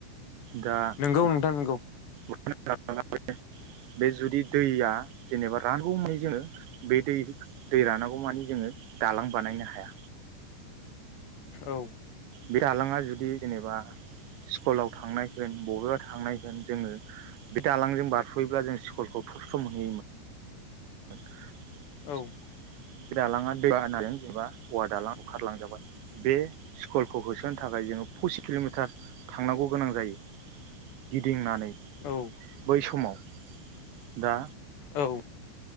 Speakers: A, on the right; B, on the left.
A: दा
B: नोंगौ नोंथां नोंगौ
A: <unintelligible> बे जुदि दैया जेनेबा रानगौ मानि जोंङो बे दै-दै रानागौ मानि जोंङो दालां बानायनो हाया।
B: औ
A: बे दालाङा जुदि जेनेबा स्कुलाव थांनाय होन बबेबा थांनाय होन जोंङो बे दालांजों बारस'योब्ला जों स्कुलखौ थबसर' मोनहैयोमोन। <unintelligible>
B: औ
A: दालाङा दै बानाजों जेनेबा औवा दालां बुखारलांजाबाय बे स्कुलखौ होसोनो थाखाय जोंङो पसिच किल'मिटार थांनांगौ गोनां जायो गिदिंनानै
B: औ
A: बै समाव दा
B: औ